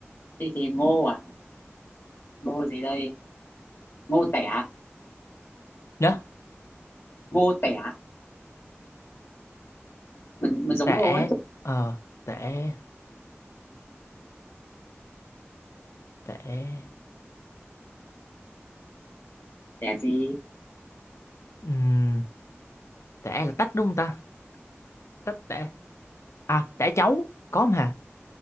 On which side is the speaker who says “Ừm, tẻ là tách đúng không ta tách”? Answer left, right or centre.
Left